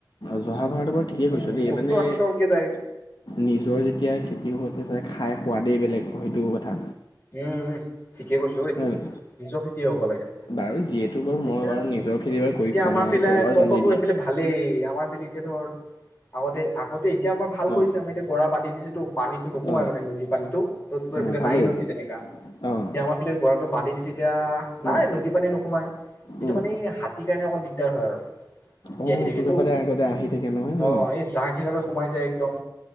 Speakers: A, on the left; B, on the left.
A: মহাভাৰতৰ পৰা ঠিকেই
B: উম
A: কৈছ দেই
B: সত্তৰ
A: মানে
B: আশী টকাকে যায়
A: নিজৰ যেতিয়া খেতি বাতিৰ পৰা খাই সোৱাদেই বেলেগ সেইটো কথা
B: উম উম ঠিকে কৈছো ঐ
A: উম,
B: নিজৰ খেতি হ'ব লাগে এতিয়া
A: বাৰু যিহেতু বাৰু মই
B: এতিয়া
A: বাৰু নিজৰ খেতি বাৰু কৰি
B: এতিয়া
A: খোৱা
B: আমাৰ
A: নাই
B: ফালে
A: তই বাৰু
B: ততো
A: জানিবি।
B: সেইফালে ভালেই আমাৰ এতিয়া ধৰ আগতে আগতে এতিয়া আমাৰ ভাল কৰিছে
A: অ',
B: আমাৰ এতিয়া গৰা বান্ধি দিছেটো পানীতটো নোসোমাই
A: অ',
B: মানে নদীৰ পানীতটো ত এইফে
A: অ', ভালেই
B: নদ <unintelligible>
A: তেন অ',
B: এতিয়া আমাৰ ফেলে গৰাটো বান্ধি দিছে এতিয়া নাই
A: উম,
B: নদী পানী নোসোমাই কিন্তু
A: উম,
B: মানে এই হাতীৰ কাৰণে অকণ দিগদাৰ হয় আৰু
A: অ',
B: আহি থাকেেতো
A: তোৰ ফালে আগতে আহি থাকে নহয়
B: অ
A: ন?
B: এই যাক হিচাপে সোমাই যায় একদম